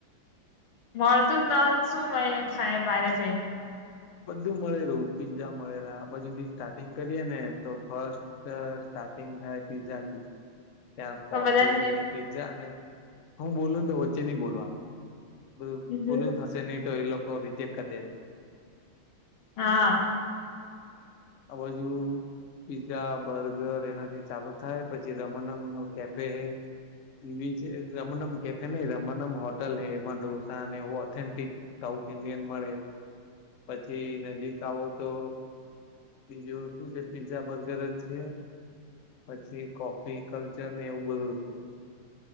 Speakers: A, on the left; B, on the left.
A: મળતું જ ન હોય. શું મયન ખાય બારે જઈ ને?
B: બધું મળે રહ્યું પીઝા મળેલા, બાજુી સ્ટાર્ટિંગ કરી એ ને તો ફસ્ટ સ્ટાર્ટિંગ થાય પીઝાથી ત્યાં કોફી
A: બધાને
B: ને પીઝા ને, હું બોલું ને તો વચ્ચે નહી બોલવા નું. બધુ
A: બીજું
B: ઓલું થશે નહી તો એ લોકો રિજેક્ટ કરી દે સે
A: હા
B: આ બાજુ પીઝા, બર્ગર એનાથી ચાલુ થાય પછી રમનમ નું કેફ કેહૈ એવી છે રમનમ કેફે નહીં રમનમ હોટલ હે એમાં ઢોસાને એવું ઓથેન્ટિક તવ થ ઇન્ડિયન મળે પછી નજીક આવો તો બીજું શું છે પીઝા બર્ગર જ છે પછી કોફી કલ્ચરને એવું બધું છે